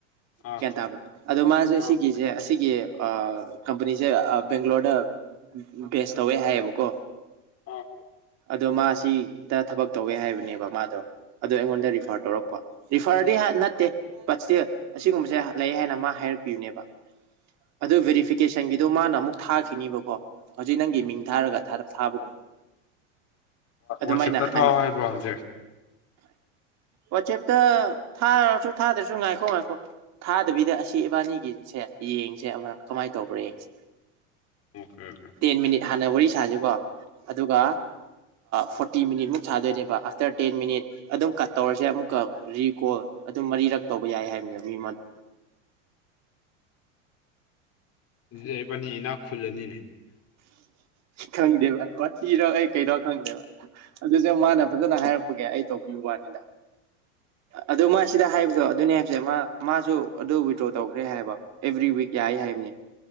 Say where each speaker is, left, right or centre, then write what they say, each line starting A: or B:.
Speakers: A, on the left; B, on the right.
A: ꯑꯥ
B: ꯒ꯭ꯌꯥꯟ ꯇꯥꯕ꯭ꯔꯥ ꯑꯗꯣ ꯃꯥꯁꯦ
A: ꯑꯥ
B: ꯁꯤꯒꯤꯁꯦ ꯑꯁꯤꯒꯤ ꯀꯝꯄꯅꯤꯁꯦ ꯑ ꯕꯦꯡꯒ꯭ꯂꯣꯔꯗ ꯕꯦꯁ ꯇꯧꯋꯦ ꯍꯥꯏꯌꯦꯕꯀꯣ
A: ꯑꯥ
B: ꯑꯗꯣ ꯃꯥ ꯁꯤꯗ ꯊꯕꯛ ꯇꯧꯒꯦ ꯍꯥꯏꯕꯅꯦꯕ ꯃꯥꯗꯣ ꯑꯗꯨꯗꯣ ꯑꯩꯉꯣꯟꯗ ꯔꯤꯐꯔ ꯇꯧꯔꯛꯄ ꯔꯤꯐꯔꯗꯤ ꯅꯠꯇꯦ ꯕꯠ ꯏꯁꯇꯤꯜ ꯑꯁꯤꯒꯨꯝꯕꯁꯦ ꯂꯩ ꯍꯥꯏꯅ ꯃꯥ ꯍꯥꯏꯔꯛꯄꯤꯌꯨꯅꯦꯕ ꯑꯗꯨꯣ ꯚꯦꯔꯤꯐꯤꯀꯦꯁꯟꯒꯤꯗꯣ ꯃꯥꯅ ꯑꯃꯨꯛ ꯊꯥꯈꯤꯅꯤꯕꯀꯣ ꯍꯧꯖꯤꯛ ꯅꯪꯒꯤ ꯃꯤꯡ ꯊꯥꯔꯒ ꯊꯥꯗ ꯊꯥꯕꯒꯨꯝꯅ ꯑꯗꯨꯃꯥꯏꯅ
A: ꯋꯥꯆꯦꯞꯇ
B: ꯍꯥꯏ
A: ꯊꯥꯎ ꯍꯥꯏꯕ꯭ꯔꯣ ꯍꯧꯖꯤꯛ
B: ꯋꯥꯆꯦꯞꯇ ꯊꯥꯔꯁꯨ ꯊꯥꯗ꯭ꯔꯁꯨ ꯉꯥꯏꯈꯣ ꯉꯥꯏꯈꯣ ꯊꯥꯗꯕꯤꯗ ꯑꯁꯤ ꯏꯕꯥꯅꯤꯒꯤꯁꯦ ꯌꯦꯡꯁꯦ ꯑꯃ ꯀꯃꯥꯏꯅ ꯇꯧꯕ꯭ꯔꯥ ꯌꯦꯡꯁꯦ
A: ꯑꯣꯀꯦ ꯑꯣꯀꯦ
B: ꯇꯦꯟ ꯃꯤꯅꯤꯠ ꯍꯥꯟꯅ ꯋꯥꯔꯤ ꯁꯥꯁꯤꯀꯣ ꯑꯗꯨꯒ ꯐꯣꯔꯇꯤ ꯃꯤꯅꯤꯠ ꯃꯨꯛ ꯁꯥꯗꯣꯏꯅꯦꯕ ꯑꯥꯐꯇꯔ ꯇꯦꯟ ꯃꯤꯅꯤꯠ ꯑꯗꯨꯝ ꯀꯠ ꯇꯧꯔꯁꯦ ꯑꯃꯨꯛꯀ ꯔꯤꯀꯣꯜ ꯑꯗꯨꯝ ꯃꯔꯤꯔꯛ ꯇꯧꯕ ꯌꯥꯏ ꯍꯥꯏꯕꯅꯦꯕ ꯃꯤ ꯑꯃꯗ
A: ꯑꯗꯨꯗꯤ ꯏꯕꯥꯅꯤ ꯏꯅꯥꯛ ꯈꯨꯜꯂꯅꯤꯅꯦ
B: ꯈꯪꯗꯦꯕ ꯑꯣ <unintelligible> ꯊꯤꯔꯣ ꯑꯩ ꯀꯩꯅꯣ ꯈꯪꯗꯦꯕ ꯑꯗꯨꯁꯨ ꯃꯥꯅ ꯐꯖꯅ ꯍꯥꯏꯔꯛꯄꯒꯦ ꯑꯩ ꯇꯧꯕꯤꯌꯨ ꯋꯥꯅꯤꯅ ꯑꯗꯨ ꯃꯥ ꯁꯤꯗ ꯍꯥꯏꯕꯗꯣ ꯑꯗꯨꯅꯦ ꯍꯥꯏꯕꯁꯦ ꯃꯥ ꯃꯥꯁꯨ ꯑꯗꯨ ꯋꯤꯗ꯭ꯔꯣ ꯇꯧ ꯈ꯭ꯔꯦ ꯍꯥꯏꯕ ꯑꯦꯕ꯭ꯔꯤ ꯋꯤꯛ ꯌꯥꯏ ꯍꯥꯏꯕꯅꯦ